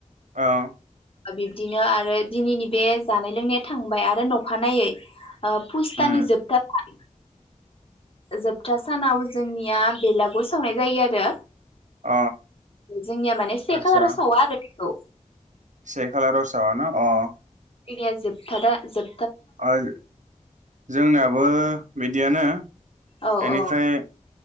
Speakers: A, on the right; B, on the left.
A: औ
B: बिब्दिनो आरो दिनैनि बे जानाय लोंनाया थांबाय आरो अखानायै ओ पुस्तानि
A: उम
B: जोबथा <unintelligible> जोबथा सानाव जोंनिया बेलागुर सावनाय जायो आरो
A: अ
B: जोंनिया माने से
A: आतसा
B: खालाराव सावा आरो। औ।
A: से खालाराव सावा ना अ।
B: बेदाया जोबथा दा जोब
A: ओय जोंनाबो बेदियानो
B: औ
A: एनिफ्राय
B: औ